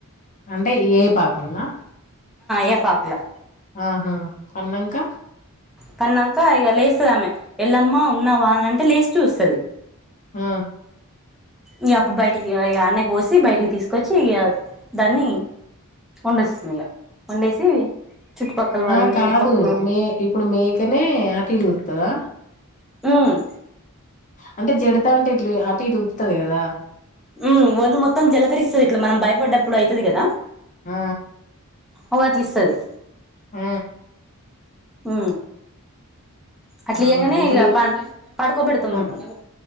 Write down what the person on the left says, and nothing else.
అంటే ఏ పాకుంన్నా
ఆహా పన్నాంకా
ఆ
ఆ కాదు
మే ఇప్పుడు మేకనే అటుగుతుందా
అంటే జడత అంటే ఇ అటు ఇటు ఊపుతుంది కదా
ఆ
ఆ
అవునా!
ఇప్పుడు
ఇది
ఆ!